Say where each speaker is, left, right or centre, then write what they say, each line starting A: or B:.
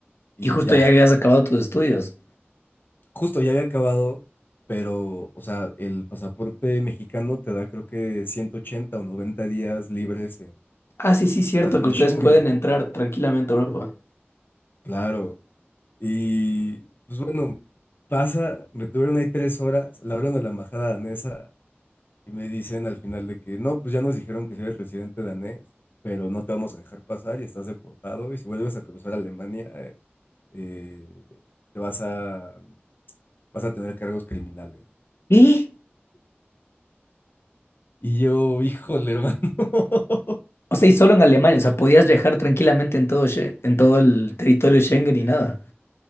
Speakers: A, on the left; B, on the left.
A: y
B: Y justo
A: ya.
B: ya habías acabado tus estudios.
A: Justo ya había acabado, pero, o sea, el pasaporte mexicano te da creo que 180 o 90 días libres en
B: Ah, sí, sí, cierto,
A: la zona
B: que ustedes
A: Schengen.
B: pueden entrar tranquilamente a Europa.
A: Claro. Y, pues bueno, pasa, me tuvieron ahí tres horas, la hablan a la embajada danesa y me dicen al final de que, no, pues ya nos dijeron que si eres residente danés, pero no te vamos a dejar pasar y estás deportado y si vuelves a cruzar Alemania, eh, eh, te vas a, vas a tener cargos criminales.
B: ¿Y?
A: Y yo, híjole, hermano. <laughs>
B: O sea, y solo en Alemania, o sea, podías viajar tranquilamente en todo, Sche- en todo el territorio Schengen y nada.